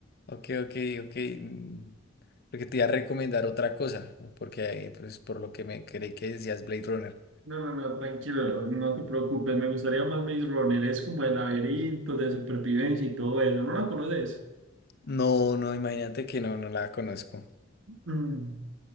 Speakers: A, on the left (about 55°); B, on the right (about 70°).
A: Ok, ok, ok. mm, Porque te iba a recomendar otra cosa, ¿no? porque eh, pues, por lo que me creí que decías Blade Runner.
B: No, no, no, tranquilo, no te preocupes, me gustaría más Maze Runner, es como de laberinto, de supervivencia y todo eso, ¿no la conoces?
A: No, no, imagínate que no, no la conozco.
B: Mm.